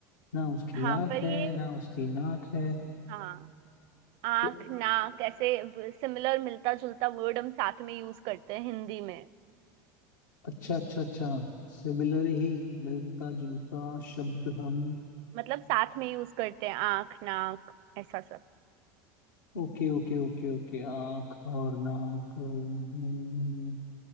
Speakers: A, on the left; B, on the right.
A: ना उसकी
B: हाँ
A: आंख
B: पर
A: है
B: ये
A: ना उसकी नाक है
B: हाँ आंख
A: तो
B: नाक ऐसे सिमिलर मिलता जुलता वर्ड हम साथ में यूज करते हैं हिंदी में
A: अच्छा अच्छा अच्छा सिमिलर ही मिलता जुलता शब्द हम
B: मतलब साथ में यूज करते हैं आंख नाक ऐसा सब
A: ओके ओके ओके ओके आँख और नाक हम्म,